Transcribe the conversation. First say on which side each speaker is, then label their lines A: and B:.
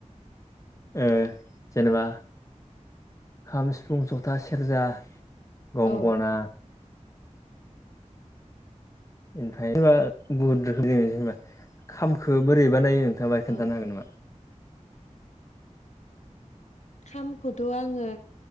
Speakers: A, on the left; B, on the left.
A: ओ जेनेबा खाम, सिफुं, जथा, सेरजा गंगना
B: औ
A: ओमफ्राय जेनबा गुबुन रोखोममै जोङो जेनेबा खामखो बोरै बानायो नोंथाङा बाहा
B: औ
A: खोनन्थानो हागोन नामा?
B: खामखौथ' आङो